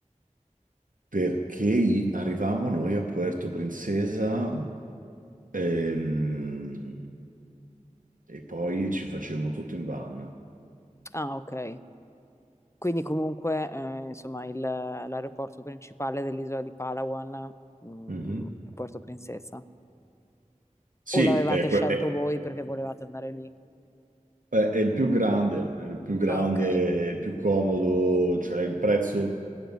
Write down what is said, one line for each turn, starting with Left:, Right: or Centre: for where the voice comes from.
Right: perché i- arrivammo noi a Puerto Princesa ehm, e, poi ci facemmo tutto in van.
Left: Ah, ok. Quindi comunque, eh, insomma, il- l'aeroporto principale dell'isola di Palawan, mm,
Right: Mhm.
Left: è Puerto Princesa.
Right: Sì,
Left: O l'avevate
Right: è, que-
Left: scelto
Right: è-
Left: voi perché volevate andare lì?
Right: È è il più grande, è il più grande,
Left: Ah, ok.
Right: è il più comodo, cioè il prezzo